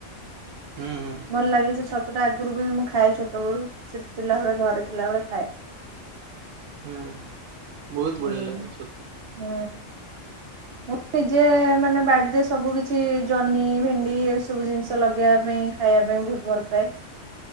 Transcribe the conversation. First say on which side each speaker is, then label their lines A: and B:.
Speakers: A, on the right (about 80°); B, on the right (about 60°).
A: ହୁଁ
B: ଭଲ ଲାଗେ ସେ ଛତୁ ଟା ଆଗରୁ ବି ମୁଁ ଖାଏ ଛ ବେ ସେ ଥିଲାବେଳେ ଘରେ ଥିଲାବେଳେ ଖାଏ।
A: ହୁଁ ବହୁତ
B: ହୁଁ
A: ବଢ଼ିଆ ଲାଗେଛତୁ।
B: ହୁଁ। ମୁଁ ନିଜେ ମାନେ ବାଡିରେ ସବୁ କିଛି ଜହ୍ନି ଭେଣ୍ଡି ଏ ସବୁ ଜିନିଷ ଲଗେଇବା ପାଇଁ ଖାଇବା ପାଇଁ ବହୁତ ଭଲ ପାଏ।